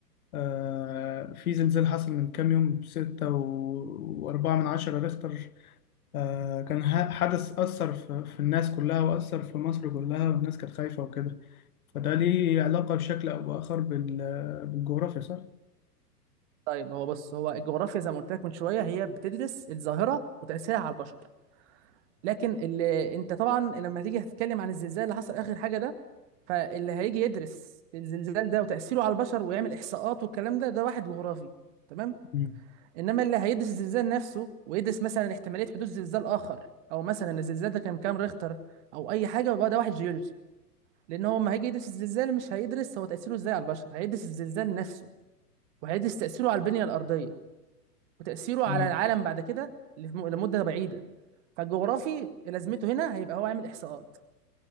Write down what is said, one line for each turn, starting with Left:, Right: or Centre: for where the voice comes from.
Left: أه في زلزال حصل من كام يوم ستة و- وأربعة من عشرة ريختر أه كان ه- حدث أثر في, في الناس كلها وأثر في مصر كلها والناس كانت خايفة وكده فده ليه علاقة بشكل أو بآخر بال- بالجغرافيا صح؟
Right: طيب هو بص هو الجغرافيا زي ما قلت لك من شوية هي بتدرس الظاهرة وتأثيرها على البشر لكن اللي انت طبعا لما هتيجي هتتكلم عن الزلزال اللي حصل اخر حاجة ده فاللي هيجي يدرس الزلزال ده وتأثيره على البشر ويعمل إحصاءات والكلام ده ده واحد جغرافي تمام
Left: مم.
Right: انما اللي هيدرس الزلزال نفسه ويدرس مثلا احتماليه حدوث زلزال اخر او مثلا الزلزال ده كان بكام ريختر او اي حاجه يبقى ده واحد جيولوجي لان هو لما هيجي يدرس الزلزال مش هيدرس هو تاثيره ازاي على البشر هيدرس الزلزال نفسه وهيدرس تاثيره على البنيه الارضيه وتاثيره
Left: تمام
Right: على العالم بعد كده لم- لمده بعيده فالجغرافي لازمته هنا هيبقى هو عامل احصاءات